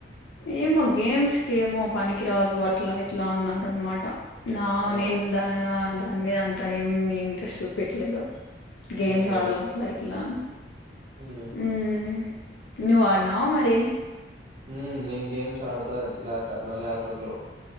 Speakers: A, on the left (about 80°); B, on the right (about 45°).
A: ఏమో గేమ్స్కేమో పనికి రాదు అట్లా ఎట్లా అన్నారు అన్నారన్మాట. నా
B: ఆ
A: నేన్ దాన దాన్ మీద అంతా ఏం ఇంట్రెస్ట్ చూపిట్లేదు. గేమ్స్
B: ఓకే
A: ఆడాల అట్లా ఇట్లా అన్
B: ఉమ్
A: మ్ నువ్ ఆడ్నావ మరీ
B: మ్ నేన్ గేమ్స్ ఆడతా ల్యాట నా లాప్టాప్లో